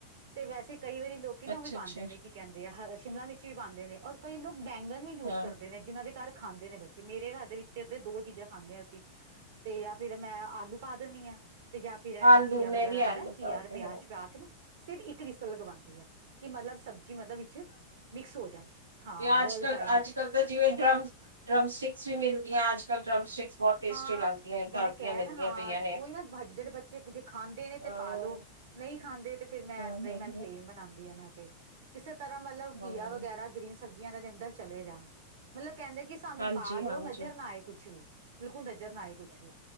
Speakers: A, on the right; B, on the right.
A: ਤੇ ਵੈਸੇ ਕਈ ਵਾਰੀ ਲੋਕੀਂ ਨਾ
B: ਅੱਛਾ-ਅੱਛਾ,
A: ਓ ਵੀ ਪਾਉਂਦੇ ਨੇ ਕਿ। ਕਹਿੰਦੇ ਆ ਹ ਸ਼ਿਮਲਾ ਮਿਰਚ ਵੀ ਪਾਉਂਦੇ ਨੇ ਔਰ ਕਈ ਲੋਕ ਬੈਂਗਨ ਵੀ ਯੂਜ
B: ਹਾਂ-ਹਾਂ।
A: ਕਰਦੇ ਨੇ ਜਿਹਨਾਂ ਦੇ ਘਰ। ਖਾਂਦੇ ਨੇ ਬੱਚੇ, ਮੇਰੇ ਘਰ ਦੇ ਵੀ। ਚਿਰ ਤੇ ਦੋ ਚੀਜ਼ਾਂ ਖਾਂਦੇ ਆ ਅਸੀਂ ਤੇ ਜਾਂ ਫਿਰ ਮੈਂ ਆਲੂ ਪਾ ਦੇਣੀ ਆ। ਤੇ ਜਾਂ ਫੇਰ
B: ਆਲੂ
A: ਘੀਆ ਵਗੈਰਾ
B: ਮੈਂ ਵੀ
A: ਮਿਲੇ,
B: ਆਲੂ ਪਰੌਂਠੇ
A: ਘੀਆ ਪਿਆਜ
B: ਬਣਾਏ।
A: ਪਾ ਕੇ ਨਾ, ਸਿਰਫ ਇੱਕ ਵਿਸਲ ਲਗਵਾਉਂਦੀ ਆ ਕਿ ਮਤਲਬ ਸਬਜ਼ੀ ਮਤਲਬ ਵੀ। <unintelligible> ਮਿਕਸ ਹੋ ਜਾਏ, ਹਾਂ
B: ਇਹ ਅੱਜ-ਕੱਲ,
A: ਰਲ ਜਾਏ ਵਿੱਚ,
B: ਅੱਜ-ਕੱਲ ਜਿਵੇਂ ਡਰਮ, ਡਰਮ ਸਟਿਕਸ ਵੀ ਮਿਲਦੀਆਂ ਅੱਜ ਕੱਲ੍ਹ ਡਰਮ ਸਟਿਕਸ। ਬਹੁਤ ਟੇਸਟੀ
A: ਹਾਂ,
B: ਲੱਗਦੀਆਂ
A: ਮੈਂ
B: ਘਰ ਦੀਆਂ
A: ਕਹਿ
B: ਮਿਲਦੀਆਂ
A: ਨਾ ਹਾਂ
B: ਪਈਆਂ ਨੇ।
A: ਉਹੀ ਨਾ <unintelligible> ਜਿਹੜੇ ਬੱਚੇ ਜੇ ਖਾਂਦੇ ਨੇ
B: ਹਾਂਜੀ-ਹਾਂਜੀ।
A: ਤੇ ਪਾਲੋ। ਨਹੀਂ ਖਾਂਦੇ ਤੇ ਫੇਰ ਮੈਂ
B: ਹਾਂ,
A: ਇਸ ਤਰ੍ਹਾਂ
B: ਹੈਗੀਆਂ
A: ਹੀ, ਮੈਂ ਪਲੇਨ ਬਣਾਉਂਦੀ ਆਂ ਮੈਂ ਤੇ। ਕਿਸੇ ਤਰ੍ਹਾਂ ਮਤਲਬ
B: ਹਾਂ।
A: ਘੀਆ ਵਗੈਰਾ ਗ੍ਰੀਨ ਸਬਜ਼ੀਆਂ ਇਨ੍ਹਾਂ ਦੇ ਅੰਦਰ ਚਲੇ ਜਾਣ ਮਤਲਬ ਕਹਿੰਦੇ ਕਿ। ਸਾਨੂੰ
B: ਹਾਂਜੀ
A: ਪਾ ਦੋ,
B: ਹਾਂਜੀ
A: ਨਜ਼ਰ ਨਾ ਆਏ ਕੁੱਛ ਵੀ ਬਿਲਕੁਲ ਨਜ਼। ਜ਼ਰ ਨਾ ਆਏ ਕੁਛ ਵੀ,